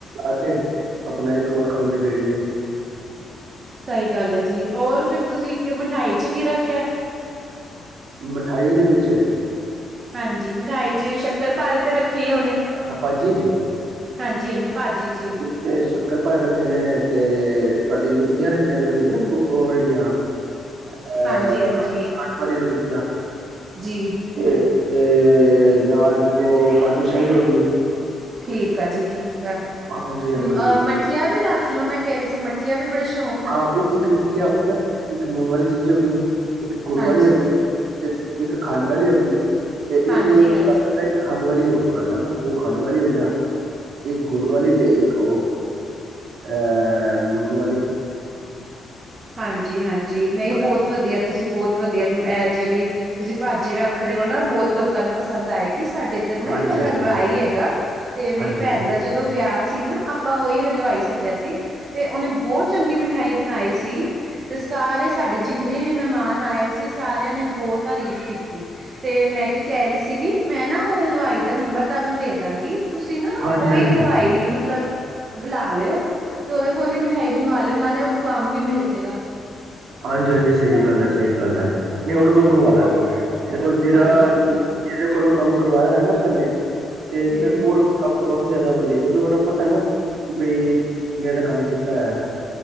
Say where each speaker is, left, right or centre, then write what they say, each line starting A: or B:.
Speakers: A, on the right; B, on the right.
A: ਆ ਕੇ, ਅਪਨਾ ਇੱਕ ਔਰ ਕੰਮ ਨਿਬੇੜੀਏ।
B: ਸਈ ਗੱਲ ਐ ਜੀ ਔਰ ਫੇਰ ਤੁਸੀ ਕੇ ਮਿਠਾਈ 'ਚ ਕੀ ਰੱਖਿਆ
A: ਮਿਠਾਈ ਦੇ ਵਿੱਚ
B: ਹਾਂਜੀ, ਮਿਠਾਈ 'ਚ ਸ਼ੱਕਰ-ਪਾਰੇ ਤੇ ਰੱਖੇ ਈ ਹੋਨੇ?
A: ਪਾਪਾ ਜੀ
B: ਹਾਂਜੀ, ਹਾਂਜੀ ਭਾਜੀ 'ਚ
A: ਤੇ ਸ਼ੱਕਰ-ਪਾਰੇ ਰੱਖੇ ਨੇ, ਤੇ ਤਾਡੀ ਲੁਗਦੀਆਂ ਰੱਖੀਐ, ਜਿਹੜੀਆਂ ਹੁੰਦੀਐਂ ਨਾ ਅਹ,
B: ਹਾਂਜੀ, ਹਾਂਜੀ
A: ਖਾਠ ਵਾਲੀ ਲੁਕਦੀਆਂ
B: ਜੀ।
A: ਤੇ, ਤੇ ਨਾਲ ਇੱਕ ਬਾਲੂ ਸ਼ਾਹੀ ਹੋ ਗਈ।
B: ਠੀਕ ਆ ਜੀ ਠੀਕ ਆ
A: ਹਾਂਜੀ ਹਾਂਜੀ
B: ਅ ਮੱਠੀਆ ਵੀ ਰੱਖ ਲਓ। ਮੈਂ ਕਹਿ ਰਹੀ ਸੀ ਮੱਠੀਆ ਵੀ ਬੜੇ ਸ਼ੌਂਕ
A: ਹਾਂ ਇੱਕ ਇੱਕ ਮਠੀਆਂ ਹੋ ਇੱਕ ਲੂਣ ਵਾਲੀ ਚੀਜ਼ ਹੋ ਗਈ। ਇੱਕ ਗੁੜ
B: ਹਾਂਜੀ
A: ਵਾਲੀ ਹੋ ਗਈ। ਤੇ ਇੱਕ ਖੰਡ ਵਾਲੀ ਹੋ ਗਈ। ਤੇ
B: ਹਾਂਜੀ-
A: ਇੱਕ
B: ਹਾਂਜੀ
A: ਖੰਡ ਵਾਲੀ ਹੋ ਗਈ ਬਸ ਹਨਾ, ਦੋ ਖੰਡ ਵਾਲੀ ਹੋਗੀਆਂ, ਇੱਕ ਗੁੜ ਵਾਲੀ ਤੇ ਇੱਕ ਉਹ। ਅ ਲੂਣ ਵਾਲੀ।
B: ਹਾਂਜੀ- ਹਾਂਜੀ ਜੀ ਨਹੀਂ
A: ਹਾਂ
B: ਬਹੁਤ ਵਧੀਆ! ਤੁਸੀਂ ਬਹੁਤ ਵਧੀਆ, ਜਿਹੜੀ ਤੁਸੀਂ ਭਾਜੀ ਰੱਖ ਰਹੇ ਹੋ ਨਾ ਬਹੁਤ ਲੋਕ ਲੋਕਾਂ ਨੂੰ ਪਸੰਦ ਆਏਗੀ ਸਾਡੇ ਇੱਧਰ ਨਾ
A: ਹਾਂਜੀ
B: ਇੱਕ ਹਲਵਾਈ
A: ਹਾਂਜੀ
B: ਹੈਗਾ, ਤੇ ਮੇਰੀ
A: ਹਾਂਜੀ
B: ਭੈਣ
A: ਹਾਂਜੀ
B: ਦਾ ਜਦੋਂ ਜਦੋਂ ਵਿਆਹ ਸੀ ਨਾ, ਆਪਾਂ ਉਹੀ ਹਲਵਾਈ ਸੱਦਿਆ ਸੀ ਤੇ ਉਹਨੇ ਬਹੁਤ ਚੰਗੀ ਮਿਠਾਈ ਬਣਾਈ ਸੀ। ਤੇ ਸਾਰੇ ਸਾਡੇ ਜਿੰਨੇ ਵੀ ਮਹਿਮਾਨ ਆਏ ਸੀ ਸਾਰੇਆ ਨੇ ਬਹੁਤ ਤਾਰੀਫ਼ ਕੀ ਕੀਤੀ ਮੈਂ ਕੀ ਕਹਿ ਰਹੀ ਸੀਗੀ, ਮੈਂ ਨਾ ਓ ਹਲਵਾਈ ਦਾ ਨੰਬਰ ਤੁਹਾਨੂੰ ਦੇ ਦਵਾਂਗੀ। ਤੁਸੀ ਨਾ
A: ਹਾਂਜੀ
B: ਓਹੀ ਹਲਵਾਈ
A: ਹਾਂਜੀ
B: ਮਤਲਬ ਬੁਲਾ ਲਿਉ। ਤੇ ਓਹਦੇ ਕੋਲ ਈ ਮਿਠਾਈ ਬਨਵਾ ਲਿਓ, ਨਾਲੇ ਓਹਨੂੰ ਕੰਮ ਵੀ ਮਿਲ ਜਾਏਗਾ।
A: ਹਾਂਜੀ, ਹਾਂਜੀ ਸਹੀ ਗੱਲ ਐ, ਸਹੀ ਗੱਲ ਐ ਨੀ ਹੋਰ ਓਹਦੇ ਕੋਲ ਬਨਵਾ ਲਵਾਂਗੇ ਦੇਖੋ ਜਿਦਾ
B: ਹਾਂਜੀ
A: ਜਿਦੇ ਕੋਲੋਂ ਕੰਮ ਕਰਵਾਇਆ ਹੋਏ ਨਾ ਪਹਿਲੇ, ਤੇ
B: ਹੂੰ
A: ਫੇਰ ਓਹਦੇ ਕੋਲ ਕੰਮ ਕਰਵਾ ਕੇ ਜਿਆਦਾ ਵਧੀਆ, ਕਿਓਕਿ ਓਹਦਾ ਪਤਾ ਨਾ ਕਿ ਬਈ ਕਿਵੇਂ ਦਾ ਕੰਮ ਕੀਤਾ ਹੈ।